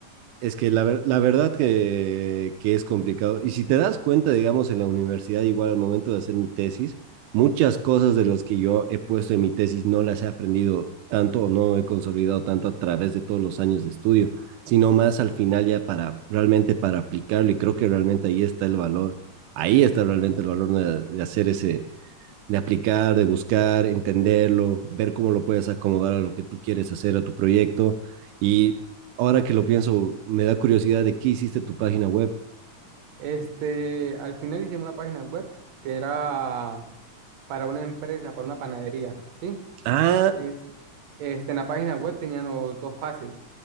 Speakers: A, on the right; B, on the right.
A: Es que la, ver- la verdad que, que es complicado. Y si te das cuenta, digamos, en la universidad, igual al momento de hacer mi tesis, muchas cosas de las que yo he puesto en mi tesis no las he aprendido tanto o no he consolidado tanto a través de todos los años de estudio, sino más al final ya para realmente para aplicarlo. Y creo que realmente ahí está el valor. Ahí está realmente el valor de, de hacer ese, de aplicar, de buscar, entenderlo, ver cómo lo puedes acomodar a lo que tú quieres hacer, a tu proyecto. Y ahora que lo pienso, me da curiosidad de qué hiciste tu página web.
B: Este, al final hicimos una página web que era para una empresa, para una panadería, ¿sí?
A: Ah,
B: Es, este, en la página web tenían los dos fases,